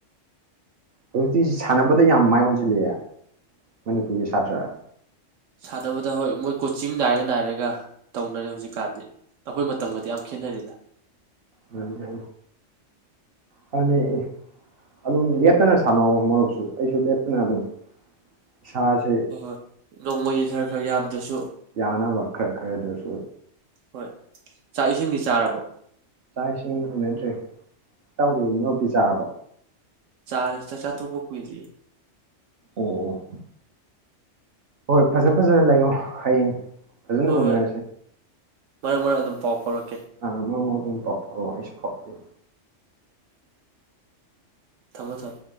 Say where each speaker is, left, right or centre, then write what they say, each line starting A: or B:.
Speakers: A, on the right; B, on the right.
A: ꯁꯇꯤꯁꯤ ꯁꯥꯟꯅꯕꯗ ꯌꯥꯝ ꯃꯥꯏ ꯑꯣꯟꯁꯤꯜꯂꯛꯑꯦ ꯃꯅꯤꯄꯨꯔꯒꯤ ꯁꯥꯇ꯭ꯔ
B: ꯁꯥꯟꯅꯕꯗ ꯍꯣꯏ ꯃꯣꯏ ꯀꯣꯆꯤꯡ ꯅꯥꯏꯔ ꯅꯥꯏꯔꯒ ꯇꯧꯅꯔꯦ ꯍꯧꯖꯤꯛꯀꯥꯟꯁꯦ ꯑꯩꯈꯣꯏ ꯃꯇꯝꯒꯗꯤ ꯌꯥꯝ ꯈꯦꯠꯅꯔꯤꯗ
A: ꯅꯤ ꯐꯅꯤ ꯑꯗꯨꯝ ꯂꯦꯇꯅ ꯁꯥꯟꯅꯧꯑꯣ ꯃꯔꯨꯞꯁꯨ ꯑꯩꯁꯨ ꯂꯦꯞꯇꯅ ꯑꯗꯨꯝ ꯏꯁꯁꯤ
B: ꯍꯣꯏ ꯍꯣꯏ ꯅꯣꯡꯃꯒꯤ ꯈꯔ ꯈꯔ ꯌꯥꯝꯗ꯭ꯔꯁꯨ
A: ꯌꯥꯅꯕ ꯈꯔ ꯈꯔꯗꯁꯨ
B: ꯍꯣꯏ ꯆꯥꯛ ꯏꯁꯤꯡꯗꯤ ꯆꯥꯔꯕꯣ
A: ꯆꯥꯛ ꯏꯁꯤꯡ ꯎꯅꯗ꯭ꯔꯦ ꯇꯧꯗ ꯃꯛꯇꯤ ꯆꯥꯕ
B: ꯆꯥ ꯆꯥ ꯆꯥ ꯇꯄꯛ ꯀꯏꯗ
A: ꯑꯣ ꯍꯣꯏ ꯐꯖ ꯐꯖꯅ ꯂꯩꯌꯣ ꯍꯌꯦꯡ ꯐꯖꯟ
B: ꯍꯣꯏ
A: ꯎꯅꯦꯦ
B: ꯍꯣꯏ ꯃꯔꯛ ꯃꯔꯛ ꯑꯗꯨꯝ ꯄꯥꯎ ꯐꯥꯎꯔꯛꯀꯦ
A: ꯑ ꯏꯤꯡ ꯄꯄ ꯋꯥꯥꯏ ꯏꯁ ꯄꯞꯀꯤ
B: ꯊꯝꯃꯣ ꯊꯝ